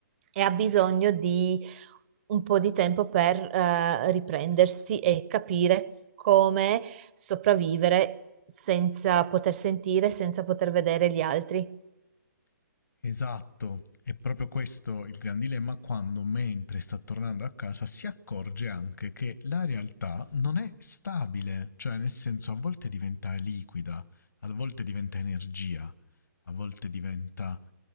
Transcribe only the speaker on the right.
e ha bisogno di un po' di tempo per eh, riprendersi e capire come sopravvivere senza poter sentire, senza poter vedere gli altri.